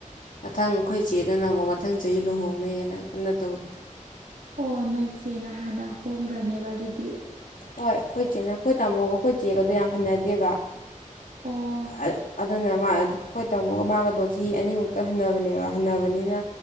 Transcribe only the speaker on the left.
ꯃꯊꯪ ꯑꯩꯈꯣꯏ ꯆꯦꯗꯅ ꯑꯃꯨꯛ ꯃꯊꯪ ꯆꯍꯤ ꯂꯨꯍꯣꯡꯅꯩ ꯍꯥꯏꯅ ꯀꯟꯅ ꯇꯧꯔꯤ
ꯍꯣꯏ ꯑꯩꯈꯣꯏ ꯆꯦꯛꯅ ꯑꯩꯈꯣꯏ ꯇꯥꯃꯣꯒ ꯑꯩꯈꯣꯏ ꯆꯦꯛꯒ ꯑꯗꯨ ꯌꯥꯝ ꯐꯟꯅꯗꯦꯕ
ꯑ ꯑꯗꯨꯅ ꯃꯥ ꯑꯩꯣꯏ ꯇꯥꯃꯣ ꯃꯥꯒꯗꯣ ꯆꯍꯤ ꯑꯅꯤꯃꯨꯛꯇ ꯍꯟꯅꯕꯅꯦꯕ ꯍꯟꯅꯕꯅꯤꯅ